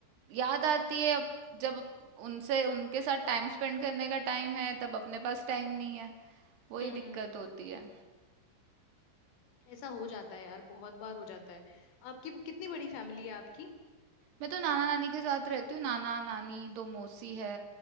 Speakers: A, on the right (about 60°); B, on the left (about 85°).
A: याद आती है अब जब उनसे उनके साथ टाइम स्पेंड करने का टाइम है तब अपने पास टाइम नहीं है वही
B: हम्म
A: दिक्कत होती है
B: ऐसा हो जाता है यार बहुत बार हो जाता है आपकी कितनी बड़ी फैमिली है आपकी
A: मैं तो नाना नानी के साथ रहती हूँ नाना नानी दो मौसी है